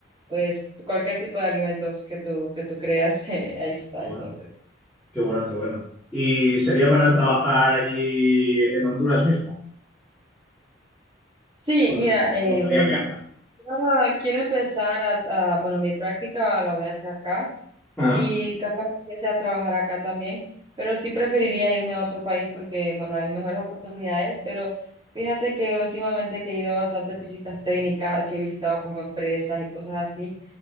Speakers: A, on the right; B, in the centre.
A: pues, cualquier tipo de alimentos que tú, que tú creas, <laughs> eh, ahí está,
B: Qué bueno,
A: entonces.
B: qué bueno, qué bueno. ¿Y sería para trabajar allí en Honduras mismo?
A: Sí,
B: ¿O
A: mira,
B: te, o
A: eh,
B: te gustaría
A: bueno,
B: viajar?
A: quiero quiero empezar a, a- bueno, mi práctica la voy a hacer acá.
B: Ah,
A: y capaz empiece a trabajar acá también, pero sí preferiría irme a otro país porque, bueno, hay mejores oportunidades, pero fíjate que últimamente que he ido bastante visitas técnicas y he visitado como empresas y cosas así,